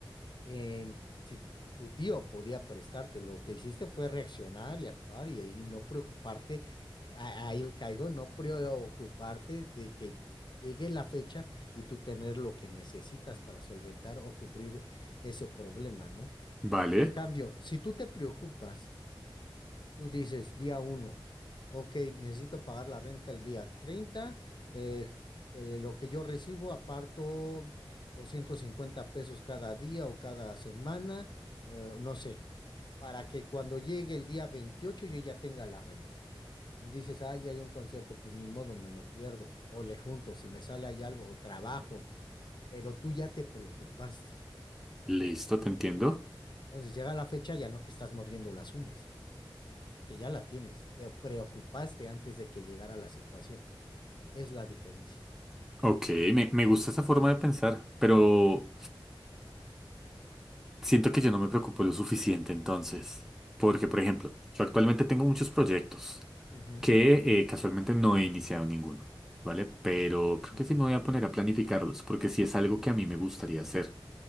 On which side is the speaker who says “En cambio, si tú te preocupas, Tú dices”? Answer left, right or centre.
Left